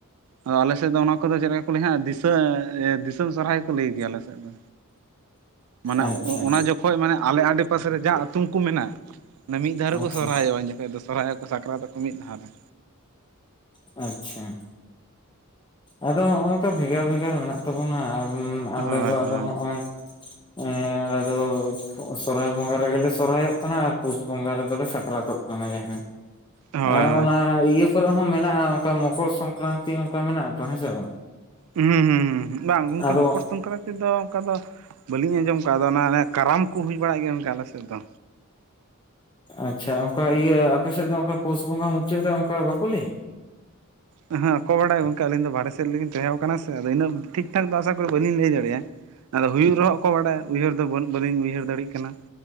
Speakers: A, on the right (about 75°); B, on the left (about 20°).
A: ᱟᱫᱚ ᱟᱞᱮ ᱥᱮᱫ ᱫᱚ ᱚᱱᱟ ᱠᱚᱫᱚ ᱪᱮᱫ ᱞᱮᱠᱟ ᱠᱚ ᱞᱟᱹᱭᱟ ᱦᱟᱸᱜ ᱫᱤᱥᱟᱹ ᱫᱤᱥᱚᱢ ᱥᱚᱨᱦᱟᱭ ᱠᱚ ᱞᱟᱹᱭ ᱜᱮᱭᱟ ᱟᱞᱮ ᱥᱮᱫ ᱫᱚ ᱢᱟᱱᱮ
B: ᱟᱪᱪᱷᱟ
A: ᱚᱱᱟ ᱡᱚᱠᱷᱚᱡ ᱢᱟᱱᱮ ᱟᱞᱮ ᱟᱰᱮ ᱯᱟᱥᱮ ᱨᱮ ᱡᱟᱦᱟᱸ ᱟᱛᱳᱝ ᱠᱚ ᱢᱮᱱᱟᱜ- ᱟ ᱚᱱᱟ ᱢᱤᱫ ᱫᱷᱟᱣ ᱨᱮᱠᱚ
B: ᱟᱪᱪᱷᱟ
A: ᱥᱚᱨᱦᱟᱭᱚᱜ ᱤᱱ ᱡᱚᱠᱷᱡ ᱫᱚ ᱥᱚᱨᱦᱟᱭᱜᱠᱚ ᱥᱟᱠᱨᱟᱛᱠᱚ ᱢᱤᱫ ᱫᱷᱟᱣ ᱨᱮ
B: ᱟᱪᱪᱷᱟ ᱟᱫᱚ ᱦᱚᱸᱜᱼᱚ ᱱᱚᱝᱠᱟ ᱵᱷᱮᱜᱟᱨ ᱵᱷᱮᱜᱟᱨ ᱢᱮᱱᱟᱜ ᱛᱟᱵᱚᱱᱟ ᱟᱞᱮ
A: ᱦᱳᱭ
B: ᱫᱚ
A: ᱦᱳᱭ
B: ᱟᱫᱚ ᱦᱚᱸᱜᱼᱚᱭ ᱮᱸᱻ ᱟᱫᱚ ᱥᱚᱨᱦᱟᱭ ᱵᱚᱸᱜᱟ ᱨᱮᱜᱮ ᱥᱚᱨᱦᱟᱭᱚᱜ ᱠᱟᱱᱟ ᱟᱨ ᱯᱩᱥ ᱵᱚᱸᱜᱟ ᱨᱮᱫᱚᱞᱮ ᱥᱟᱠᱨᱟᱛᱚᱜ ᱠᱟᱱᱟ ᱡᱟᱦᱟᱸ
A: ᱦᱳᱭ ᱦᱳᱭ
B: ᱟ ᱚᱱᱟ ᱤᱭᱟᱹ ᱠᱚᱨᱮ ᱦᱚᱸ ᱢᱮᱱᱟᱜᱼᱟ ᱚᱱᱠᱟ ᱢᱚᱠᱚᱨ ᱥᱚᱝᱠᱨᱟᱱᱛᱤ ᱚᱱᱠᱟ ᱢᱮᱱᱟᱜᱼᱟ <inaudible> ᱦᱮᱸᱥᱮ ᱵᱟᱝ
A: ᱦᱩᱸ ᱦᱩᱸ ᱦᱩᱸ ᱵᱟᱝ ᱜᱚᱢᱠᱮ
B: ᱟᱫᱚ
A: ᱢᱚᱠᱚᱨ ᱥᱚᱝᱠᱨᱟᱱ <inaudible> ᱟᱞᱮ ᱥᱮᱫ ᱫᱚ ᱚᱱᱠᱟᱫᱚ ᱵᱟᱹᱞᱤᱧ ᱟᱸᱡᱚᱢ ᱟᱠᱟᱫᱟ ᱚᱱᱟ ᱠᱟᱨᱟᱢ ᱠᱚ ᱦᱩᱭ ᱵᱟᱲᱟᱜ ᱜᱮᱭᱟ ᱩᱱᱠᱟ ᱟᱞᱮᱥᱮᱫ ᱫᱚ
B: ᱟᱪᱪᱷᱟ ᱚᱱᱠᱟ ᱤᱭᱟᱹ ᱟᱯᱮᱥᱮᱫ ᱫᱚ ᱚᱱᱠᱟ ᱯᱩᱥ ᱵᱚᱸᱜᱟ ᱢᱩᱪᱟᱹᱫ ᱨᱮ ᱚᱱᱠᱟ ᱵᱟᱠᱚ ᱞᱮᱭᱟ
A: <unintelligible> ᱦᱮᱸ ᱚᱠᱚᱭ ᱵᱟᱰᱟᱭ ᱜᱚᱝᱠᱮ ᱟᱹᱞᱤᱧ ᱫᱚ ᱵᱟᱦᱨᱮ ᱥᱮᱫ ᱨᱮᱜᱞᱤᱧ ᱛᱟᱦᱮᱸ ᱠᱟᱱᱟ ᱥᱮ ᱟᱫᱚ ᱤᱱᱟᱹᱜ ᱴᱷᱤᱠ ᱴᱷᱟᱠ ᱫᱚ ᱟᱥᱟ ᱠᱚ ᱵᱟᱹᱞᱤᱧ ᱞᱟᱹ ᱫᱟᱲᱮᱭᱟᱜᱼᱟ ᱟᱫᱚ ᱦᱩᱭᱩᱜ ᱨᱮᱦᱚᱸ ᱠᱚ ᱵᱟᱲᱟᱭᱟ ᱩᱭᱦᱟᱹᱨ ᱫᱚ ᱵᱟᱹᱱ ᱵᱟᱞᱤᱧ ᱩᱭᱦᱟᱹᱨ ᱫᱟᱲᱮᱭᱟᱜ ᱠᱟᱱᱟ